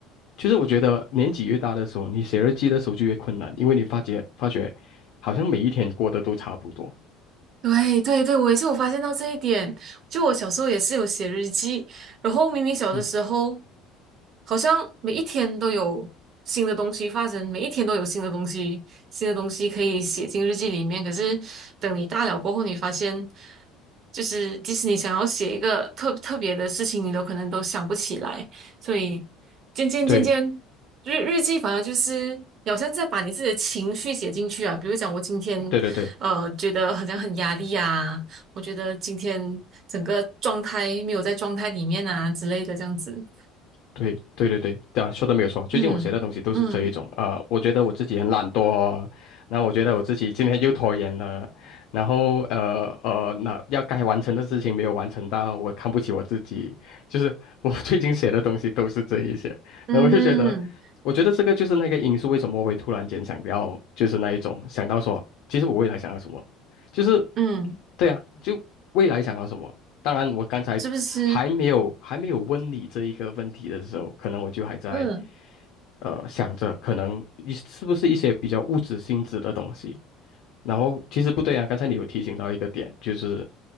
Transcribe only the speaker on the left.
就是我觉得年纪越大的时候，你写日记的时候就越困难，因为你发觉发觉好像每一天过得都差不多。
嗯。
对
对对对
对对对对，对啊，说的没有错。最近我写的东西都是这一种，
呃，我觉得我自己很懒惰哦，那我觉得我自己今天又拖延了，然后呃呃，那要该完成的事情没有完成到，我看不起我自己，就是我 <laughs> 最近写的东西都是这一些，
然后我就觉得，我觉得这个就是那个因素，为什么我会突然间想要，就是那一种想到说，其实我未来想要什么，就是
对啊，就未来想要什么。当然，我刚才还没有还没有问你这一个问题的时候，
可能我就还在
呃想着，可能一是不是一些比较物质性质的东西。然后其实不对啊，刚才你有提醒到一个点，就是